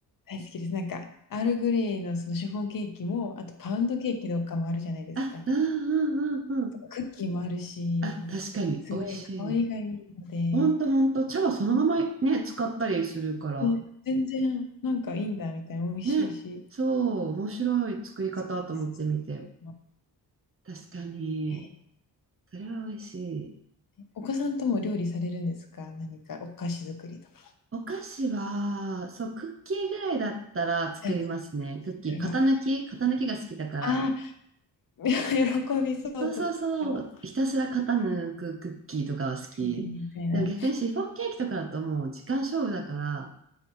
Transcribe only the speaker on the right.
あ、うんうんうんうん。
あ、確かに、
美味しい。ほんとほんと、茶葉そのままね、使ったりするから、
ね、そう、面白い作り方と思ってみて。
確かに、
それは美味しい。
お菓子は、そう、クッキーぐらいだったら作りますね。
クッキー、
型抜き、型抜きが好きだから。
そうそうそう、
ひたすら型抜くクッキーとかは好き。
でも逆にシフォンケーキとかだともう時間勝負だから、